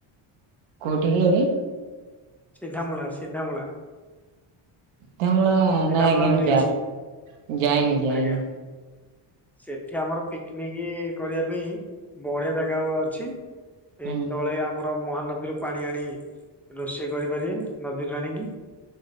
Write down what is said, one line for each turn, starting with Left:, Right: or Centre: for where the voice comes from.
Right: କୋଉଠି କି ଏଇ?
Centre: ସିଧାମୂଳା ସିଧାମୂଳା।
Right: ସିଧାମୂଳା
Centre: ସିଧାମୂଳା
Right: ନାଇଁ ଆଜ୍ଞା
Centre: ବ୍ରିଜ।
Right: ମୁଁ ଯା-ଯାଇନି ଯାଇନି।
Centre: ଆଜ୍ଞା ସେଠି ଆମର ପିକିନିକ୍ କରିବା ପାଇଁ ବଢିଆ ଜାଗା ଆମର ଅଛି। ସେ
Right: ହୁଁ।
Centre: ତଳେ ଆମର ମହାନଦୀରୁ ପାଣି ଆଣି ରୋଷେଇ କରିପାରିବେ ନଦୀରୁ ଆଣିକି